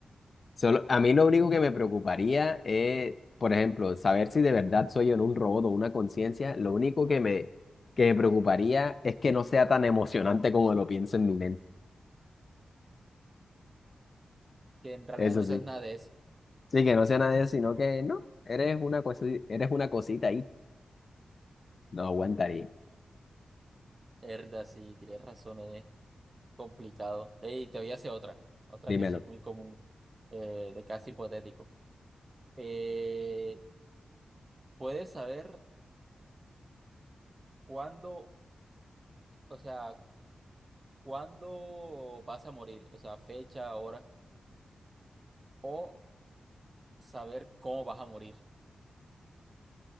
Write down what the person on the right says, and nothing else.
que en realidad
no
sabes nada de eso.
Herda, sí, tienes razón, es complicado. Y te voy a hacer otra, otra
que sí es muy común, eh, de casi hipotético. Eh, ¿puedes saber cuándo? O sea, cuándo vas a morir, o sea, fecha, hora, o saber cómo vas a morir.